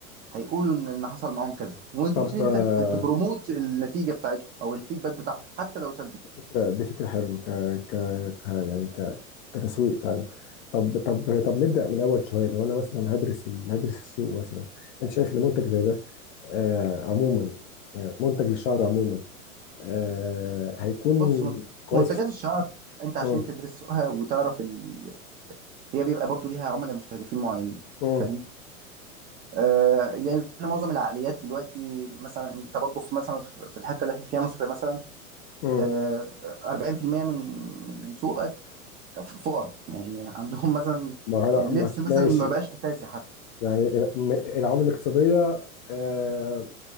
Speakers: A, on the right (about 20°); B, on the left (about 50°).
A: هيقولوا ان ان حصل معاهم كذا وانت
B: طب
A: تبتدي
B: آه
A: انت ت- تبروموت النتيجه بتاعتهم او الفيدباك بتاعهم حتى لو سلبي
B: فكرة دي فكرة حلوة ك... ك... ك... يعني ك... كتسويق فعلا طب طب طب نبدأ من أول شوية لو أنا مثلا هدرس ال... هدرس السوق مثلا أنت شايف إن منتج زي ده آه عموما يعني منتج للشعر عموما آه هيكون
A: بص من-
B: كويس
A: منتجات الشعر انت عشان
B: مم.
A: تدرس سوقها وتعرف ال... هي بيبقى برضو ليها عملاء مستهدفين معينين
B: مم.
A: فاهم آه لان معظم العقليات دلوقتي مثلا انت برضو في مثلا في في الحته اللي احنا فيها مصر مثلا
B: مم.
A: آه، 40% من من سوقك فقراء يعني عندهم مثلا
B: ما هلا
A: اللبس
B: ما-
A: مثلا
B: ماشي
A: ما بقاش اساسي حتى
B: يعني ال- م- العوامل الاقتصادية آه